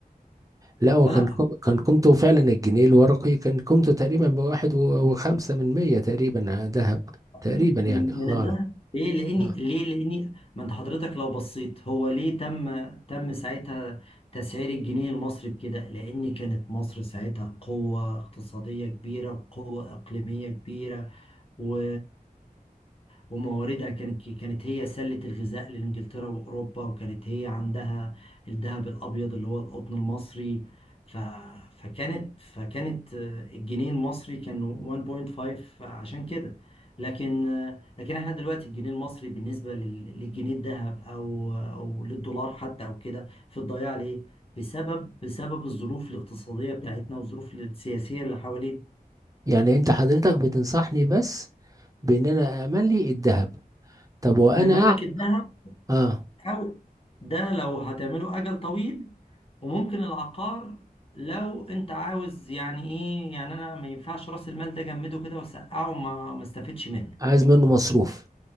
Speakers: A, on the right; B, on the left.
A: لا هو
B: فلا
A: كان كم... كان قيمته فعلا الجنيه الورقي كان قيمته تقريبا بواحد و- وخمسة من مية تقريبا آه، ذهب تقريبا
B: من
A: يعني
B: من
A: الله
B: الذهب
A: أعلم
B: ليه لاني
A: آه.
B: ليه لاني ما انت حضرتك لو بصيت هو ليه تم تم ساعتها تسعير الجنيه المصري بكده لان كانت مصر ساعتها قوة اقتصادية كبيرة قوة اقليمية كبيرة و... ومواردها كانت كانت هي سلة الغذاء لإنجلترا وأوروبا وكانت هي عندها الذهب الأبيض اللي هو القطن المصري ف... فكانت فكانت آه، الجنيه المصري كان 1.5 عشان كده لكن آه، لكن احنا دلوقتي الجنيه المصري بالنسبة لل- للجنيه الذهب أو أو للدولار حتى أو كده في الضياع ليه؟ بسبب بسبب الظروف الاقتصادية بتاعتنا والظروف السياسية اللي حوالينا
A: يعني أنت حضرتك بتنصحني بس بإن أنا أأمن لي الذهب طب وأنا
B: ملك
A: أع-
B: الذهب
A: اه
B: أو ده لو هتعمله أجل طويل وممكن العقار لو أنت عاوز يعني إيه يعني أنا ما ينفعش رأس المال ده جمده كده وسقعه وما ما استفدش منه
A: عايز منه مصروف